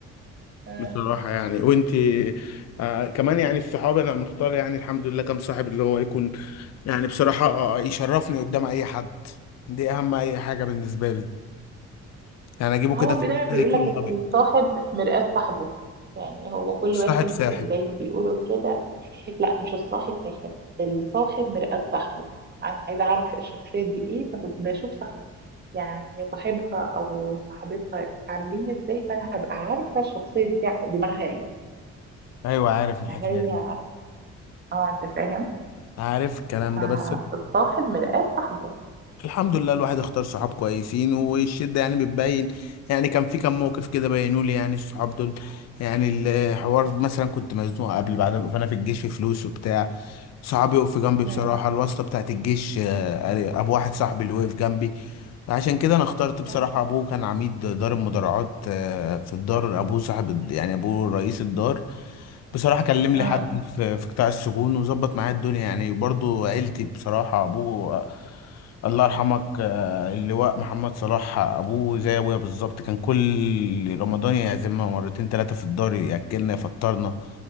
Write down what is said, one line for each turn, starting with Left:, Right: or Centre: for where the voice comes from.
Right: آه.
Left: بصراحة يعني وانتي آه كمان يعني الصحاب انا مختار يعني الحمد لله كم صاحب اللي هو يكون يعني بصراحة آه، يشرفني قدام اي حد دي اهم اي حاجة بالنسبة لي يعني اجيبه
Right: هو
Left: كده في
Right: دايما
Left: الحتة
Right: بيقول
Left: يكون
Right: لك
Left: لبق
Right: الصاحب مرآة صاحبه يعني هو كل
Left: الصاحب
Right: واحد
Left: ساحب
Right: زي ما بيقولوا كده لا مش الصاحب ساحب الصاحب مرآة صاحبه انا عايزه اعرف الشخصيه دي ايه فبشوف صاحب يعني صاحبها او صاحبتها عاملين ازاي فانا هبقى عارفه الشخصيه دي دماغها ايه
Left: ايوه عارف الحكاية
Right: فهي
Left: دي
Right: اه انت فاهم
Left: عارف الكلام
Right: فالصاحب
Left: ده بس
Right: مرآة صاحبه
Left: الحمد لله الواحد اختار صحاب كويسين والشدة يعني بتبين يعني كان في كم موقف كده بينوا لي يعني الصحاب دول يعني الحوار مثلا كنت مزنوق قبل بعد فانا في الجيش في فلوس وبتاع صحابي يقف جنبي
Right: مم.
Left: بصراحة الواسطة بتاعت الجيش آه، ابو واحد صاحبي اللي وقف جنبي عشان كده انا اخترت بصراحة
Right: آه.
Left: ابوه كان عميد دار المدرعات آه، في الدار ابوه صاحب يعني ابوه رئيس الدار بصراحة كلم
Right: مم.
Left: لي حد في في قطاع السجون وظبط معايا الدنيا يعني وبرضه عيلتي بصراحة ابوه آه، الله يرحمك آه، اللواء محمد صلاح ابوه زي ابويا بالظبط كان كل رمضان يعزمنا مرتين ثلاثة في الدار ياكلنا يفطرنا